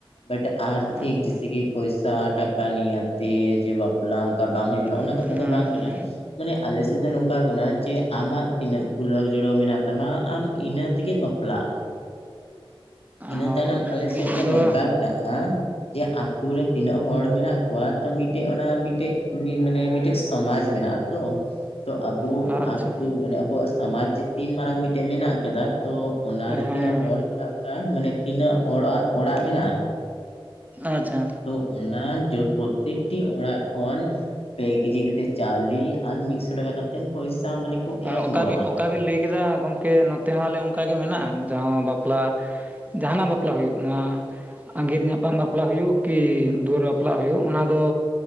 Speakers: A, on the left (about 85°); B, on the right (about 15°).
A: ᱵᱟᱴ ᱟᱨᱛᱷᱤᱠ
B: ᱟᱪᱪᱷᱟ
A: ᱡᱮᱥᱮ ᱠᱤ ᱯᱚᱭᱥᱟ ᱴᱟᱠᱟ ᱱᱤᱭᱟᱹ ᱛᱮ ᱡᱮ ᱵᱟᱯ ᱵᱟᱯᱞᱟ ᱚᱱᱠᱟ ᱵᱟᱝ ᱦᱩᱭᱩᱜ ᱠᱟᱱᱟ ᱚᱱᱟ
B: ᱦᱩᱸ
A: ᱠᱟᱛᱷᱟ ᱫᱚ ᱵᱟᱝ ᱠᱟᱱᱟ ᱢᱟᱱᱮ ᱟᱞᱮ ᱥᱮᱫ ᱫᱚ ᱱᱚᱝ ᱚᱱᱠᱟ ᱠᱟᱱᱟ ᱡᱮ ᱟᱢᱟᱜ ᱛᱤᱱᱟᱹᱜ ᱠᱩᱞᱟᱹᱣ ᱡᱩᱲᱟᱹᱣ ᱢᱮᱱᱟᱜ ᱛᱟᱢᱟ ᱟᱢ ᱤᱱᱟᱹ ᱛᱮᱜᱮ ᱵᱟᱯᱞᱟᱜ <unintelligible> ᱤᱱᱟᱹ
B: ᱦᱳᱭ
A: ᱛᱟᱭᱱᱚᱢ ᱟᱞᱮ ᱥᱮᱫ ᱫᱚ
B: ᱟᱫᱚ
A: ᱱᱚᱝᱠᱟ ᱢᱮᱱᱟᱜ-ᱟ ᱡᱮ ᱟᱛᱩᱨ ᱨᱮ ᱛᱤᱱᱟᱹᱜ ᱦᱚᱲ ᱢᱮᱱᱟᱜ ᱠᱚᱣᱟ ᱠᱚᱣᱟ ᱢᱤᱫᱴᱮᱡ ᱚᱱᱟ ᱢᱤᱫᱴᱮᱡ ᱢᱟᱱᱮ ᱢᱤᱫᱴᱮᱡ ᱥᱚᱢᱟᱡᱽ ᱢᱮᱱᱟᱜ ᱟ ᱛᱚ ᱛᱚ ᱟᱵᱚ
B: ᱟᱪᱪᱷᱟ
A: ᱟᱛᱩ ᱢᱟᱱᱮ ᱟᱵᱚᱣᱟᱜ ᱥᱚᱢᱟᱡᱽ ᱡᱮ ᱛᱤᱱ ᱢᱟᱨᱟᱝ ᱢᱤᱫᱴᱮᱱ ᱢᱮᱱᱟᱜ ᱟᱠᱟᱫᱟ ᱛᱚ ᱚᱱᱟ
B: ᱦᱮᱸ
A: ᱨᱮ ᱛᱤᱱᱟᱹᱜ ᱦᱚᱲ ᱢᱮᱱᱟᱜ ᱵᱚᱱᱟ ᱢᱟᱱᱮ ᱛᱤᱱᱟᱹᱜ ᱦᱚᱲᱟᱜ ᱚᱲᱟᱜ ᱢᱮᱱᱟᱜ-ᱟ
B: ᱟᱪᱪᱷᱟ
A: ᱛᱚ ᱚᱱᱟ ᱡᱚ ᱯᱨᱚᱛᱮᱠ ᱯᱚᱨᱛᱤ ᱚᱲᱟᱜ ᱠᱷᱚᱱ ᱯᱮ ᱠᱮᱡᱤ ᱠᱟᱛᱮᱜ ᱪᱟᱣᱞᱤᱮ ᱟᱨ ᱢᱤᱫᱥᱚ ᱴᱟᱠᱟ ᱠᱟᱛᱮ ᱛᱮᱱ ᱯᱚᱭᱥᱟ ᱢᱟᱱᱮ ᱠᱚ
B: ᱚᱠᱟ
A: ᱮᱢ ᱜᱚᱲᱚᱜ-ᱟ
B: ᱵᱤᱱ ᱚᱠᱟ ᱵᱤᱱ ᱞᱟᱹᱭ ᱠᱮᱫᱟ ᱜᱚᱢᱠᱮ ᱱᱚᱛᱮ ᱦᱚᱸ ᱟᱞᱮ ᱚᱱᱠᱟᱜᱮ ᱢᱮᱱᱟᱜ-ᱟ ᱡᱟᱦᱟᱸ ᱵᱟᱯᱞᱟ ᱡᱟᱦᱟᱱᱟᱜ ᱵᱟᱯᱞᱟ ᱦᱩᱭᱩᱜ ᱱᱚᱣᱟ ᱟᱸᱜᱤᱨ ᱧᱟᱯᱟᱢ ᱵᱟᱯᱞᱟ ᱦᱩᱭᱩᱜ ᱠᱤ ᱫᱩᱣᱟᱹᱨ ᱵᱟᱯᱞᱟ ᱦᱩᱭᱩᱜ ᱚᱱᱟ ᱫᱚ